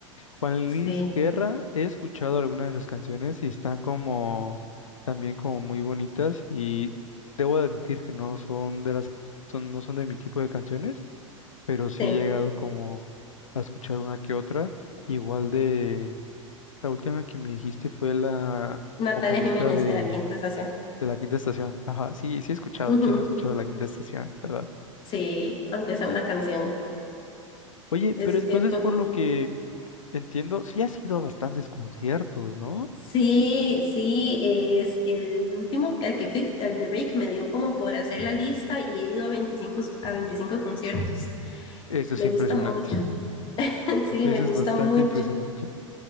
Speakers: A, on the left; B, on the left.
A: Juan
B: Sí,
A: Luis Guerra, he escuchado algunas de sus canciones y están como también como muy bonitas y debo admitir que no son de las son no son de mi tipo de canciones, pero sí
B: sí.
A: he llegado como a escuchar una que otra, igual de la última que me dijiste fue la
B: Natalia
A: vocalista
B: Jiménez
A: de
B: de la Quinta Estación.
A: de la Quinta Estación. Ajá, sí, sí he escuchado,
B: Ujú,
A: ¿quién no ha escuchado la Quinta Estación, verdad?
B: Sí, aunque sea una canción.
A: Oye,
B: Es,
A: pero entonces
B: es- fue
A: por
B: muy-
A: lo que entiendo, sí has ido a bastantes conciertos, ¿no?
B: sí, sí, es el último que- al que fui, al de Drake, me dio como por hacer la lista y he ido a veinticinco a 25 conciertos.
A: Esto es
B: Me
A: impresionante.
B: gusta mucho, <laughs> sí,
A: Eso
B: me gusta
A: es bastante
B: mucho,
A: impresionante.